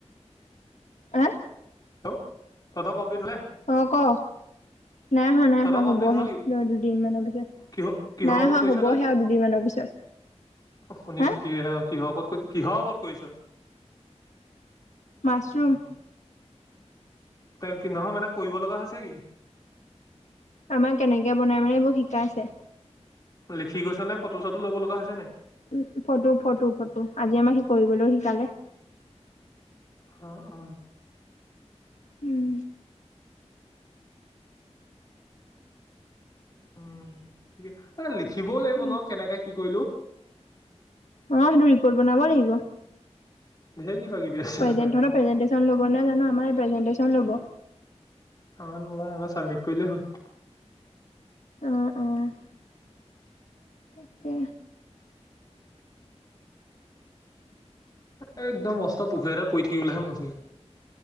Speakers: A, on the left (about 80°); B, on the left (about 35°).
A: হা?
B: হেল্ল' তহঁতৰ কমপ্লিট হ'লনে?
A: অ', ক' নাই আহা, নাই
B: তহঁতৰ
A: অহা
B: কমপ্লিট
A: হ'বহে,
B: হ'ল
A: ল'ৰা দুদিন মানৰ পিছত
B: কিহ কিহৰ
A: নাই
B: ওপৰত
A: হোৱা,
B: কৰিছ
A: হ'বহে আৰু দুদিনমানৰ পিছত।
B: শুনিছো,
A: হা
B: কি, কিহৰ ওপৰত, কিহৰ ওপৰত কৰিছ?
A: মাছৰুম।
B: তে, কি নহয় মানে, কৰিব লগা হৈছে কি?
A: আমাক কেনেকে বনাই মানে এইবোৰ শিকাইছে।
B: লিখি গৈছে নে, ফটো চটো ল'ব লগা হৈছে নাই?
A: উম, ফটো, ফটো, ফটো, আজি আমাৰ শি, কৰিবলৈও শিকালে।
B: অ'।
A: উম।
B: উম, কি, লিখিবও লাগিব
A: অ
B: ন' কেনেকে কি কৰিলো।
A: অ', সেইটো ৰিপৰ্ট বনাব লাগিব।
B: আছে কিবা কিবি আছে
A: প্ৰেজেন্টেচন
B: দেখোন এইবিলাক
A: ল'ব নাই জানো, আমাৰ প্ৰেজেন্টেচন ল'ব।
B: আমাৰ নলয়, আমাৰ চাবমিট কৰিলেই হ'ল।
A: অ', অ'। তাকে।
B: এ, একদম মষ্ট পুখুৰী এটা পৰি থাকিবলেহে ম